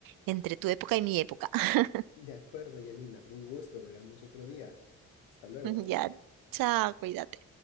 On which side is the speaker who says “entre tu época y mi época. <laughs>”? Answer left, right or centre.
Right